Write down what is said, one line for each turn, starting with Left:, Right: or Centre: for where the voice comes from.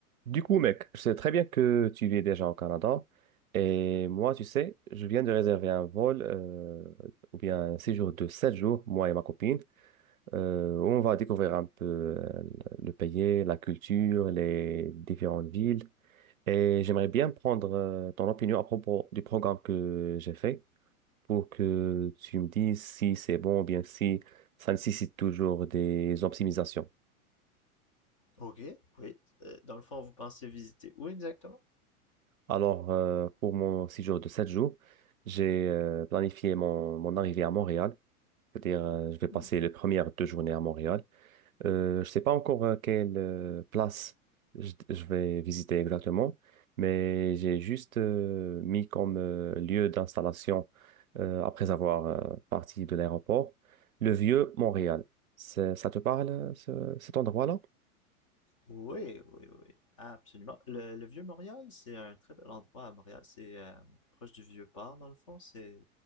Right: Du coup, mec, je sais très bien que tu vis déjà au Canada. Et moi, tu sais, je viens de réserver un vol, euh, ou bien un séjour de 7 jours, moi et ma copine, euh, où on va découvrir un peu euh, le pays, la culture, les différentes villes. Et j'aimerais bien prendre euh, ton opinion à propos du programme que j'ai fait pour que tu me dises si c'est bon ou bien si ça nécessite toujours des optimisations.
Left: Ok, oui. Euh, dans le fond, vous pensez visiter où exactement?
Right: Alors, euh, pour mon séjour de 7 jours, j'ai euh, planifié mon, mon arrivée à Montréal. C'est-à-dire, euh, je vais passer
Left: Hmm.
Right: les premières deux journées à Montréal. Euh, je ne sais pas encore euh, quelle euh, place je, je vais visiter exactement, mais j'ai juste euh, mis comme euh, lieu d'installation, euh, après avoir euh, parti de l'aéroport, le vieux Montréal. C'est- Ça te parle, euh, ce- cet endroit-là?
Left: Oui, oui, oui. Absolument. Le, le Vieux-Montréal, c'est un très bel endroit à Montréal. C'est euh, proche du Vieux-Port, dans le fond. C'est,